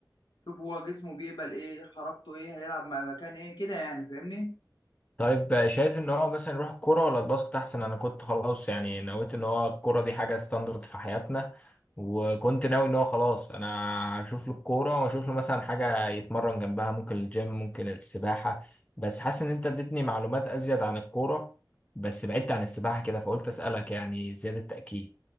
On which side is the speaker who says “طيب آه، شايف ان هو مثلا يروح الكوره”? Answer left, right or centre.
Left